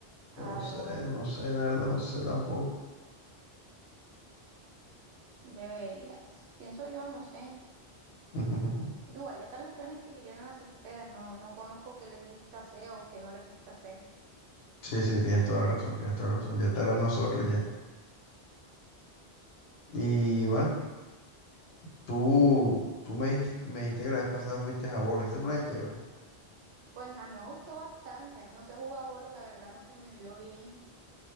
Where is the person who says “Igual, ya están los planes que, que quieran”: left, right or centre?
Right